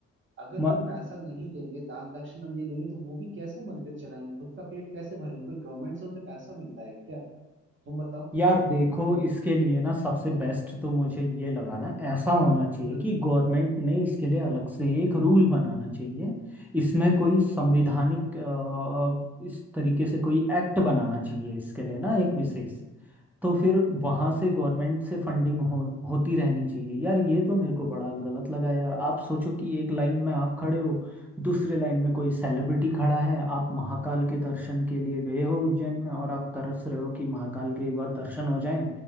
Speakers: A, on the right; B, in the centre.
A: अगर
B: म-
A: वो पैसा नहीं लेंगे दान दक्षिणा नहीं लेंगे तो वो भी कैसे मंदिर चलाएंगे खुद का पेट कैसे भरेंगे कोई गवर्नमेंट से उन्हें पैसा मिलता है क्या तुम बताओ
B: यार देखो इसके लिए ना सबसे बेस्ट तो मुझे ये लगा ना ऐसा होना चाहिए कि गवर्नमेंट ने इसके लिए अलग से एक रूल बनाना चाहिए इसमें कोई संवैधानिक अ, इस तरीके से कोई एक्ट बनाना चाहिए इसके लिए ना एक विशेष तो फिर वहां से गवर्नमेंट से फंडिंग हो होती रहनी चाहिए यार ये तो मेरे को बड़ा गलत लगा यार आप सोचो कि एक लाइन में आप खड़े हो दूसरे लाइन में कोई सेलिब्रिटी खड़ा है आप महाकाल के दर्शन के लिए गए हो उज्जैन में और आप तरस रहे हो कि महाकाल के एक बार दर्शन हो जाएं